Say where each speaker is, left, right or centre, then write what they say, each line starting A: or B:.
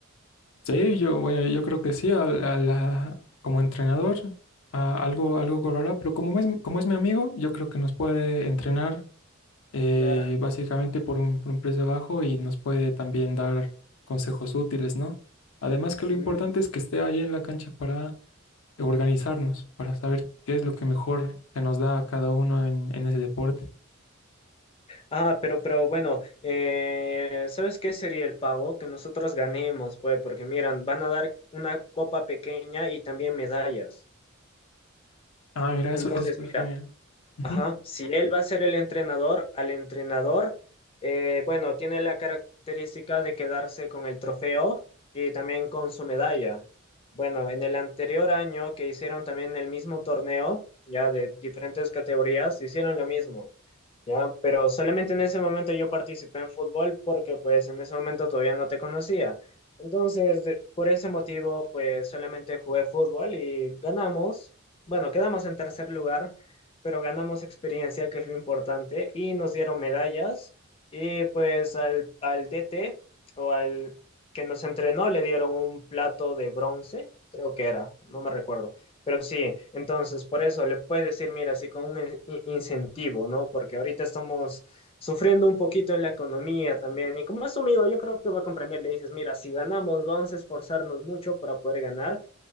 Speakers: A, on the left; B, on the left.
A: Sí, yo, bueno, yo creo que sí, a, a la, como entrenador a- algo, algo cobrará, pero como es, como es mi amigo, yo creo que nos puede entrenar eh,
B: Claro.
A: básicamente por un, por un precio bajo y nos puede también dar consejos útiles, ¿no? Además que lo
B: Mm,
A: importante es que esté ahí en la cancha para organizarnos, para saber qué es lo que mejor se nos da a cada uno en, en ese deporte.
B: Ah, pero, pero bueno, eh, ¿sabes qué sería el pago? Que nosotros ganemos, pues, porque miran, van a dar una copa pequeña y también medallas.
A: Ah, mira, eso,
B: Entonces,
A: eso
B: mira.
A: es genial. Ujú.
B: Ajá, si él va a ser el entrenador, al entrenador, eh, bueno, tiene la característica de quedarse con el trofeo y también con su medalla. Bueno, en el anterior año que hicieron también el mismo torneo, ya de diferentes categorías, hicieron lo mismo, ya, pero solamente en ese momento yo participé en fútbol porque pues en ese momento todavía no te conocía. Entonces, de- por ese motivo, pues solamente jugué fútbol y ganamos, bueno, quedamos en tercer lugar pero ganamos experiencia, que es lo importante, y nos dieron medallas. Y pues al, al DT o al que nos entrenó le dieron un plato de bronce, creo que era, no me recuerdo. Pero sí, entonces por eso le puedes decir, mira, así con un in- in- incentivo, ¿no? Porque ahorita estamos sufriendo un poquito en la economía también. Y como es tu amigo, yo creo que va a comprender, le dices, mira, si ganamos, vamos a esforzarnos mucho para poder ganar